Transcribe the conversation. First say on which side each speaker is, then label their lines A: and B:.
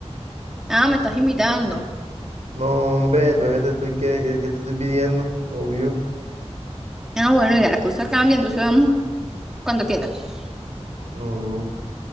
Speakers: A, in the centre; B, on the right.
A: Ah, me estás invitando.
B: No, hombre, entonces te estoy, ¿qué, qué, qué te estoy pidiendo? Obvio.
A: Ah, bueno, ya la cosa cambia, entonces vamos cuando quieras.
B: Mm.